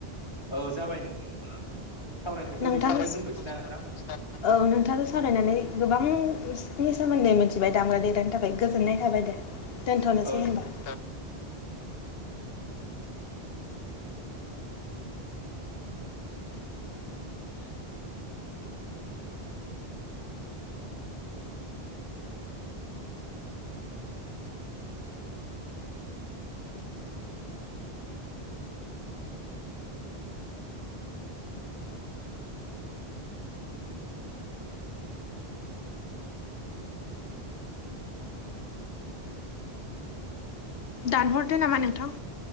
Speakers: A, on the left (about 25°); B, on the left (about 70°).
A: औ जाबाय ना <unintelligible> सावरायनायखौ
B: नोंथां
A: बेसेयावनो दोनथ'सै ना नोंथां?
B: <unintelligible> औ नोंथाङो सावरायनानै गोबां नि सोमोन्दै मिथिबाय दामग्रा देग्रानि थाखाय गोजोननाय थाबाय दे। दोनथ'नोसै
A: औ
B: होनबा।
A: <unintelligible>
B: दानहरदो नामा नोंथां।